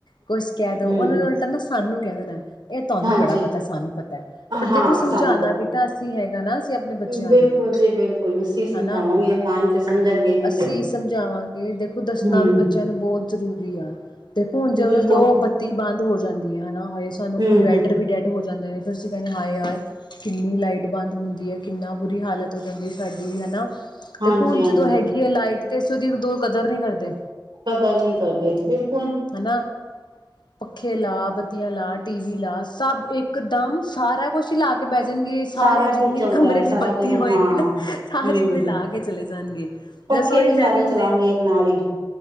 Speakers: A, on the left; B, on the right.
A: ਕੁਛ ਕਹਿ ਦੋ
B: ਹਮ
A: ਉਹਨਾਂ ਨੂੰ ਉਲਟਾ ਨਾ ਸਾਨੂੰ ਕਹਿਣਾ ਨਾ ਇਹ ਤੁਹਾਨੂੰ
B: ਹਾਂਜੀ
A: ਬੜਾ ਪਤਾ ਸਾਨੂੰ ਪਤਾ ਪਰ
B: ਹਾਂ
A: ਦੇਖੋ ਸਮਝਾਣਾ
B: ਸਾਨੂੰ ਪਤਾ
A: ਵੀ ਤਾਂ ਅਸੀਂ ਹੈਗਾ ਨਾ। ਆਪਣੇ ਬੱਚਿਆਂ
B: ਬਿਲਕੁਲ
A: ਨੂੰ
B: ਜੀ ਬਿਲਕੁਲ ਅਸੀਂ ਸਮਝਾਵਾਂਗੇ।
A: ਹਨਾ
B: ਤਾਂ ਹੀ ਤੇ ਸਮਝਣਗੇ ਨਹੀਂ
A: ਅਸੀਂ
B: ਤੇ
A: ਸਮਝਾਵਾਂਗੇ ਦੇਖੋ ਦੱਸਣਾ
B: ਹਮ
A: ਵੀ ਬੱਚਿਆਂ ਨੂੰ ਬਹੁਤ ਜ਼ਰੂਰੀ ਆ। ਦੇਖੋ ਹੁਣ ਜਦੋਂ
B: ਬਿਲਕੁਲ
A: ਬੱਤੀ ਬੰਦ ਹੋ ਜਾਂਦੀ ਹੈ ਹਨਾ ਹਾਏ ਸਾਨੂੰ
B: ਹਮ
A: ਇਨਵਰਟਰ
B: ਹਮ
A: ਵੀ ਡੈਡ ਹੋ ਜਾਂਦੇ ਨੇ ਫਿਰ ਅਸੀਂ ਕਹਿੰਦੇ ਹਾਏ ਯਾਰ ਕਿੰਨੀ ਲਾਈਟ ਬੰਦ ਹੁੰਦੀ ਹੈ ਕਿੰਨਾ ਬੁਰੀ ਹਾਲਤ ਹੋ ਜਾਂਦੀ ਹੈ ਸਾਡੀ ਹਨਾ।
B: ਹਾਂਜੀ
A: ਦੇਖੋ ਹੁਣ
B: ਹਾਂਜੀ
A: ਜਦੋਂ ਹੈਗੀ ਆ ਲਾਈਟ ਤੇ ਅਸੀ ਉਦੋ ਕਦਰ ਨਹੀਂ ਕਰਦੇ।
B: ਕਦਰ ਨਹੀਂ ਕਰਦੇ ਬਿਲਕੁਲ
A: ਹਨਾ ਪੱਖੇ ਲਾ ਬੱਤੀਆਂ ਲਾ ਟੀਵੀ ਲਾ ਸਭ ਇਕ ਦਮ ਸਾਰਾ ਕੁਛ ਹੀ ਲਾ ਕੇ ਬਹਿ ਜਾਣਗੇ ਸਾਰੀ
B: ਸਾਰਾ
A: ਜਿੰਨੀ
B: ਕੁੱਝ ਚੱਲਦਾ
A: ਵੀ ਕਮਰੇ
B: ਹੈ
A: ਦੀ
B: ਸਾਰਾ
A: ਬੱਤੀ
B: ਕੁੱਝ ਹਾਂ
A: ਹੋਏਗੀ ਨਾ ਸਾਰੇ
B: ਹਮ
A: ਕੋਈ ਲਾ ਕੇ ਚਲੇ ਜਾਣਗੇ
B: ਪੱਖੇ
A: ਦੱਸ ਉਹੀ
B: ਸਾਰੇ
A: ਮੈਂ ਵੀ ਹੁਣੇ
B: ਚਲਾਉਣਗੇ ਇੱਕ ਨਾਲ ਹੀ